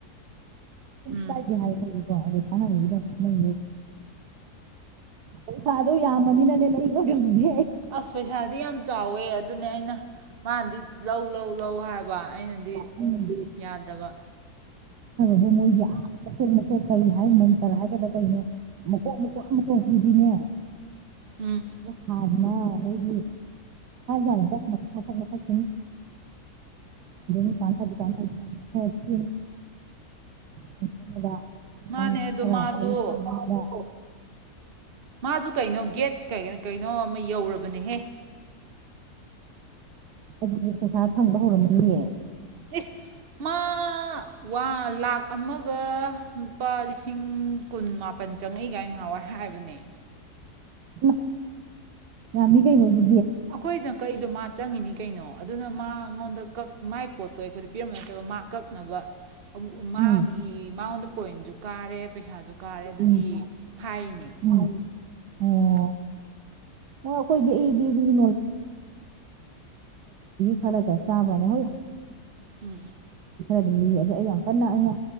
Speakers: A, on the right (about 40°); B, on the right (about 85°).
A: ꯎꯝ
B: ꯀꯥꯏ ꯍꯥꯏ ꯑꯗꯨꯀꯥꯟ ꯎꯗ ꯐꯅꯦ ꯄꯩꯁꯥꯗꯣ ꯌꯥꯝꯃꯅꯤꯅꯅꯦ ꯂꯩꯕꯒꯝꯗꯤ
A: ꯑꯁ ꯄꯩꯁꯥꯗꯤ ꯌꯥꯝ ꯆꯥꯎꯋꯦ ꯑꯗꯨꯅꯦ ꯑꯩꯅ ꯃꯥꯗꯤ ꯂꯧ ꯂꯧ ꯂꯧ ꯍꯥꯏꯕ ꯑꯩꯅꯗꯤ
B: ꯎꯝ
A: ꯌꯥꯗꯕ
B: ꯑꯗꯣ ꯃꯣꯏꯒꯤ ꯑꯥ ꯃꯀꯣꯛ ꯃꯀꯣꯛ ꯀꯔꯤ ꯍꯥꯏ ꯃꯟꯇꯔ ꯍꯥꯏꯒꯗꯥ ꯀꯩꯅꯣ ꯃꯀꯣꯛ ꯃꯀꯣꯛ ꯑꯃ ꯃꯀꯣꯛ ꯄꯔꯤꯅꯦ
A: ꯎꯝ
B: ꯍ ꯉ ꯍꯒꯤ ꯥꯛ ꯃꯊꯛ ꯃꯊꯛ ꯃꯊꯛ ꯀꯥꯟ ꯑꯗꯨꯗꯨ ꯀꯥꯟꯅ ꯑꯗꯨ ꯈꯣꯝꯃꯒ ꯑꯉꯥꯡ
A: ꯃꯥꯅꯦ ꯑꯗꯣ
B: ꯈꯔ
A: ꯃꯥꯁꯨ
B: ꯋꯥꯔꯤ ꯈꯔ ꯉꯥꯡꯉꯒ
A: ꯃꯥꯁꯨ ꯀꯩꯅꯣ ꯒꯦꯠ ꯀꯩꯅꯣ ꯑꯃ ꯌꯧꯔꯕꯅꯦꯍꯦ
B: ꯑꯗꯨꯗꯤ ꯄꯩꯁꯥ ꯐꯪꯕ ꯍꯧꯔꯝꯃꯅꯤꯌꯦ
A: ꯏꯁꯁ ꯃꯥ ꯂꯥꯛ ꯑꯃꯒ ꯂꯨꯄꯥ ꯂꯤꯁꯤꯡ ꯀꯨꯟ ꯃꯥꯄꯜ ꯆꯪꯉꯛꯏ ꯀꯥꯏꯅꯍꯥꯟꯋꯥꯏ ꯍꯥꯏꯕꯅꯦ
B: ꯏꯃꯥ ꯌꯥꯝꯃꯤ ꯀꯩ ꯍꯧꯒ
A: ꯑꯩꯈꯣꯏꯗꯪ ꯀꯛꯏꯗꯣ ꯃꯥ ꯆꯪꯉꯤꯅꯤ ꯀꯩꯅꯣ ꯑꯗꯨꯅ ꯃꯥꯉꯣꯟꯗ ꯀꯛ ꯃꯥꯏ ꯄꯣꯠꯇꯣ ꯑꯩꯈꯣꯏꯗ ꯄꯤꯔꯝꯕ ꯅꯠꯇꯕ ꯃꯥ ꯀꯛꯅꯕ ꯃꯥꯒꯤ
B: ꯎꯝ
A: ꯃꯥꯉꯣꯟꯗ ꯄꯣꯏꯟꯁꯨ ꯀꯥꯔꯦ ꯄꯩꯁꯥꯁꯨ ꯀꯥꯔꯦ ꯑꯗꯨꯒꯤ
B: ꯎꯝ
A: ꯍꯥꯏꯔꯤꯅꯦ
B: ꯎꯝ ꯎꯝ ꯑꯣ ꯑꯣ ꯑꯩꯈꯣꯏꯗꯤ ꯑꯩꯗꯤꯅꯤ ꯐꯜꯗ ꯁꯥꯃꯅ
A: ꯎꯝ
B: ꯑꯗꯨꯝ ꯂꯤ ꯑꯗꯣ ꯑꯩ ꯌꯥꯝ ꯀꯟꯅ ꯑꯩꯅ